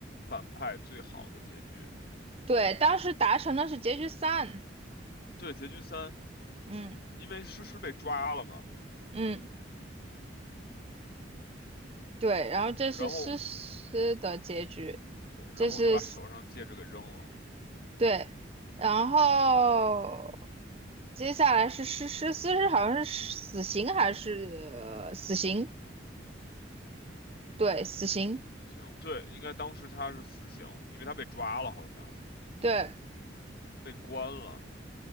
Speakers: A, on the left (about 55°); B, on the right (about 30°).
A: 反派最好的结局，
B: 对，当时达成的是结局三，
A: 对，结局三，
B: 嗯
A: 因为诗诗被抓了嘛，
B: 嗯，对，然后这是诗诗的结局，
A: 然后对，
B: 这是
A: 然后我就把手上戒指给扔了，
B: 对，然后接下来是诗诗诗诗好像是死刑还是、呃死刑？对，死刑，
A: 死刑，对，应该当时他是死刑，因为他被抓了，好像
B: 对，
A: 被关了，